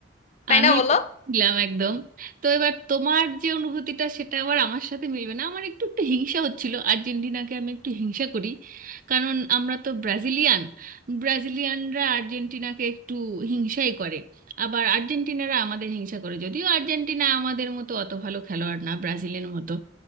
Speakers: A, on the left; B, on the right.
A: তাই
B: আমি
A: না বলো
B: বুঝলাম একদম তো এবার তোমার যে অনুভূতিটা সেটা আবার আমার সাথে মিলবে না আমার একটু একটু হিংসা হচ্ছিল আর্জেন্টিনাকে আমি একটু হিংসা করি কারণ আমরা তো ব্রাজিলিয়ান ব্রাজিলিয়ানরা আর্জেন্টিনাকে একটু হিংসাই করে আবার আর্জেন্টিনারা আমাদের হিংসা করে যদিও আর্জেন্টিনা আমাদের মতো অত ভালো খেলোয়াড় না ব্রাজিলের মতো